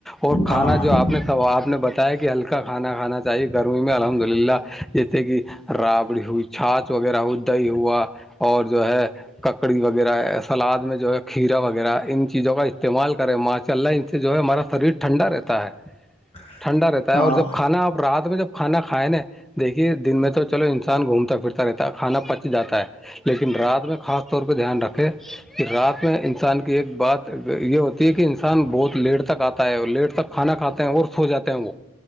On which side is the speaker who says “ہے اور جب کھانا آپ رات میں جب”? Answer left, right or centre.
Centre